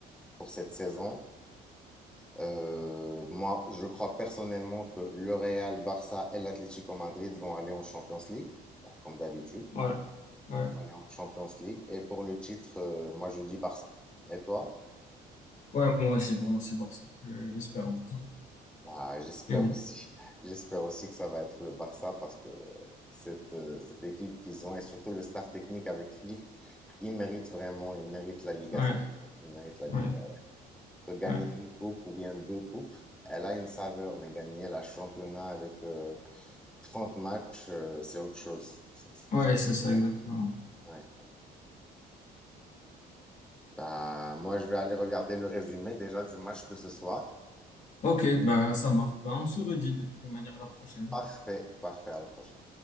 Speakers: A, in the centre; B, on the left.
A: pour cette saison, euh, moi, je crois personnellement que le Real, Barça et l'Atlético Madrid vont aller en Champions League, bah, comme d'habitude,
B: ouais, ouais.
A: vont aller en Champions League. Et pour le titre, euh, moi, je dis Barça. Et toi?
B: Ouais, moi aussi, pour moi, c'est le Barça. Je- J'espère en tout cas.
A: Bah, j'espère
B: Et bon.
A: aussi. <laughs> J'espère aussi que ça va être le Barça parce que cette, euh, cette équipe qu'ils ont et surtout le staff technique avec Flick, ils méritent vraiment, ils méritent la Liga
B: Ouais,
A: cette année. Ils méritent la Liga.
B: ouais,
A: que gagner
B: ouais.
A: une coupe ou bien deux coupes, elle a une saveur, mais gagner la championnat avec euh, 30 matchs, euh, c'est autre chose. C'est c'est
B: Ouais,
A: très
B: c'est ça,
A: complet.
B: exactement.
A: Ouais. Bah, moi, je vais aller regarder le résumé déjà du match de ce soir.
B: Ok, bah ça marche. Bah, on se redit de toutes les manières la prochaine.
A: Parfait, parfait, à la prochaine.